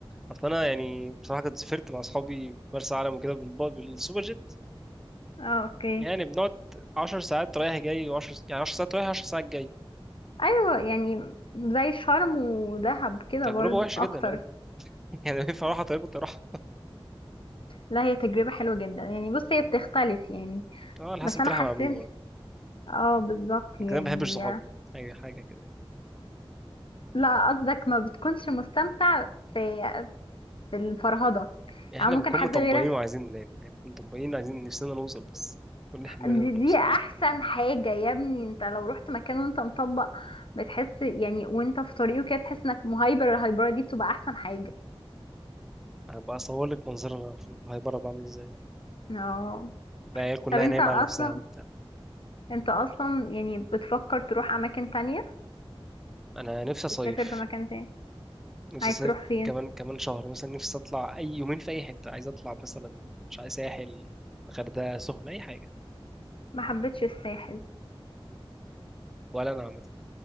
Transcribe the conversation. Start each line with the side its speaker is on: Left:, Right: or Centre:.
Centre: أصل أنا يعني بصراحة كنت سافرت مع أصحابي مرسى علم وكده بالب- بالسوبر جيت
Left: اه اوكي
Centre: يعني بنقعد عشر ساعات رايح جاي وعشر يعني عشر ساعات رايح عشر ساعات جاي
Left: ايوه يعني زي شرم ودهب كده
Centre: تجربة
Left: برضو
Centre: وحشة
Left: اكتر
Centre: جدا يعني <laughs> يعني لو ينفع أروح على طريق كنت أروح
Left: لا هي تجربة حلوة جدا يعني بص هي بتختلف يعني
Centre: أه على حسب
Left: بس
Centre: كنت
Left: انا
Centre: رايحة
Left: حسيت
Centre: مع مين برضه
Left: اه بالظبط
Centre: يمكن
Left: يعني
Centre: أنا ما بحبش صحابي أي حاجة كده
Left: لا قصدك ما بتكونش مستمتع في في الفرهدة
Centre: يعني
Left: يعني
Centre: احنا
Left: ممكن
Centre: بنكون
Left: حد
Centre: مطبقين
Left: غيرها
Centre: وعايزين ننام يعني بنكون مطبقين عايزين نفسنا نوصل بس كل حملنا
Left: دي, دي
Centre: نوصل
Left: احسن حاجة يا ابني انت لو رحت مكان وانت مطبق بتحس يعني وانت في طريقه كده تحس انك مهايبر الهايبرة دي بتبقى احسن حاجة
Centre: هبقى اصور لك منظرنا في الهايبره بعمل ازاي
Left: اه
Centre: العيال كلها
Left: طب انت
Centre: نايمه
Left: اصلا
Centre: على نفسها وبتاع
Left: انت اصلا يعني بتفكر تروح اماكن تانية
Centre: انا نفسي صيف
Left: بتسافر في مكان تاني
Centre: نفسي
Left: عايز
Centre: صيف
Left: تروح فين
Centre: كمان كمان شهر مثلا نفسي اطلع اي يومين في اي حته عايز اطلع مثلا مش عايز ساحل غردقه سخنه اي حاجه
Left: ما حبيتش الساحل
Centre: ولا انا عامه